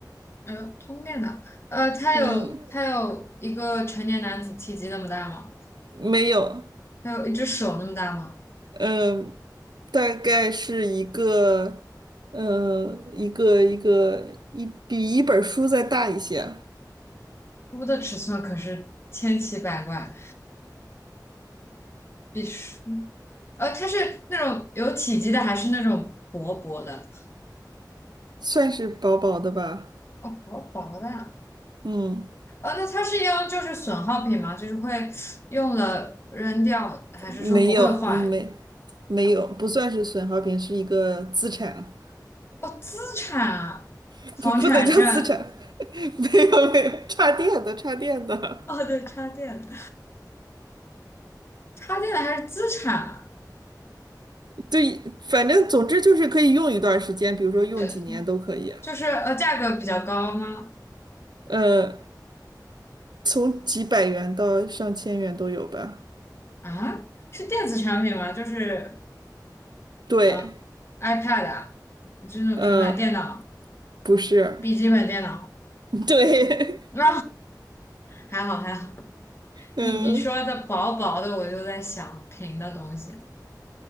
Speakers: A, on the left; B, on the right.
A: 呃，通电的，呃，它有它有一个成年男子体积那么大吗？
B: 嗯，没有，
A: 它有一只手那么大吗？
B: 嗯，大概是一个，嗯，一个一个一比一本书再大一些，
A: 猪的尺寸可是千奇百怪，比鼠。呃，它是那种有体积的，还是那种薄薄的？
B: 算是薄薄的吧。
A: 哦，薄薄的啊。
B: 嗯。
A: 哦，那它是用就是损耗品吗？就是会用了扔掉，还是说不会坏？
B: 没有，没没有，不算是损耗品，是一个资产，
A: 哦，资产啊，
B: <laughs>
A: 房产证。
B: 不不能叫资产，<laughs> 没有没有，插电的插电的，
A: 哦，对，插电的，插电的还是资产啊？
B: 对，反正总之就是可以用一段时间，比如说用几年都可以，
A: 对，就是呃，价格比较高吗？
B: 呃，从几百元到上千元都有吧。
A: 啊，是电子产品吗？就是
B: 对，
A: 啊，iPad 啊，就是那种平板电脑、
B: 嗯，不是，
A: 笔记本电脑。
B: <laughs> 对，
A: <laughs> 啊，还好还好。
B: 嗯、
A: 你你说的薄薄的，我就在想平的东西。